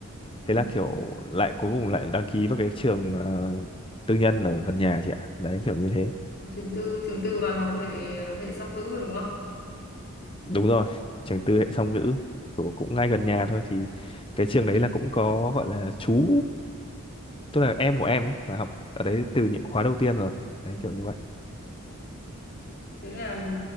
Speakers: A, on the left; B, on the left.
A: ừ,
B: thế là kiểu lại cuối cùng lại đăng ký vào cái trường ờ, tư nhân ở gần nhà chị ạ đấy kiểu như thế
A: học trường tư trường tư và học hệ hệ song ngữ đúng không
B: đúng rồi trường tư hệ song ngữ của cũng ngay gần nhà thôi thì cái trường đấy là cũng có gọi là chú tức là em của em ấy là học ở đấy từ những khóa đầu tiên rồi đấy
A: Ừ.
B: kiểu như vậy
A: Thế là